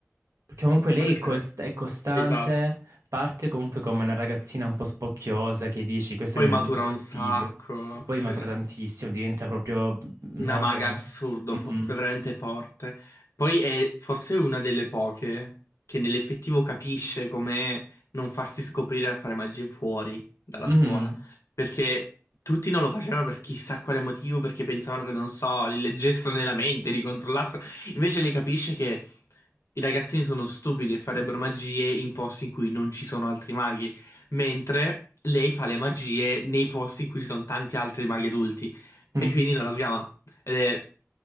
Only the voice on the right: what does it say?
Perché comunque lei
è, cos- è costante,
parte comunque come una ragazzina un po' spocchiosa che dici, questa
mi,
mi dà fastidio.
Sì, Poi
matura tantissimo, diventa proprio, non
lo
so.
Mhm.
Mhm.
Mm.